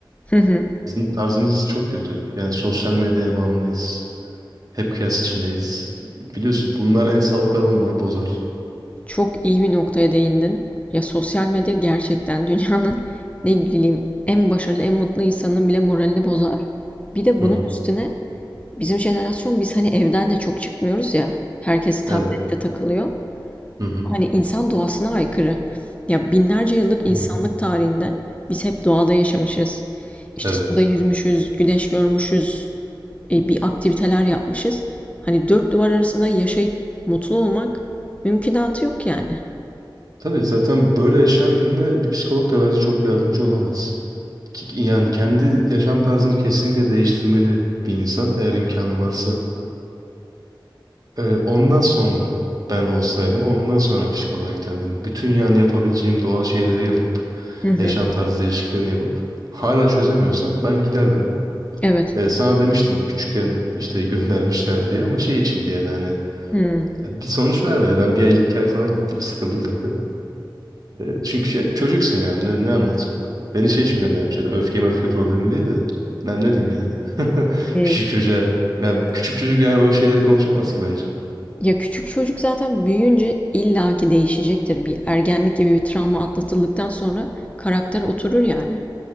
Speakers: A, on the left; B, on the right.
A: Hı hı.
B: Bizim tarzımız çok kötü. Yani sosyal medyaya bağımlıyız. Hep kıyas içindeyiz. Biliyorsun bunlar en sağlıklı adamı bile bozar.
A: Çok iyi bir noktaya değindin. Ya sosyal medya gerçekten <laughs> dünyanın ne bileyim en başarılı, en mutlu insanının bile moralini bozar. Bir de
B: Hı
A: bunun
B: hı.
A: üstüne bizim jenerasyon biz hani evden de çok çıkmıyoruz ya. Herkes tablette
B: Evet.
A: takılıyor.
B: Hı hı.
A: Hani insan doğasına aykırı. Ya binlerce yıllık insanlık
B: Hı hı.
A: tarihinde biz hep doğada yaşamışız. İşte
B: Evet.
A: suda yüzmüşüz, güneş görmüşüz, e, bir aktiviteler yapmışız. Hani dört duvar arasında yaşayıp mutlu olmak mümkünatı yok yani.
B: Tabii zaten böyle yaşayan birine bir psikolog da bence çok yardımcı olamaz. Ki- Yani kendi yaşam tarzını kesinlikle değiştirmeli bir insan eğer imkanı varsa. Ee, ondan sonra ben olsaydım ondan sonra psikoloğa giderdim. Bütün yani yapabileceğim doğal şeyleri yapıp
A: Hı hı.
B: yaşam tarzı değişikliklerini yapıp hala çözemiyorsam ben giderdim.
A: Evet.
B: Ee, sana demiştim küçükken işte <laughs> göndermişler diye ama şey içindi yani hani
A: Hmm.
B: ya bir sonuç vermedi. Ben bir ay iki ay falan gittim sıkıldım zaten. Ee, çünkü şey- çocuksun yani ne, ne anlatacaksın? Beni şey için göndermişler öfke öfke problemi diye de ne, ne diyeyim yani. <laughs>
A: E,
B: Küçük çocuğa yani küçük çocuk yani o şeyleri konuşamaz ki bence.
A: Ya küçük çocuk zaten büyüyünce illaki değişecektir. Bir ergenlik gibi bir travma atlatıldıktan sonra karakter oturur yani.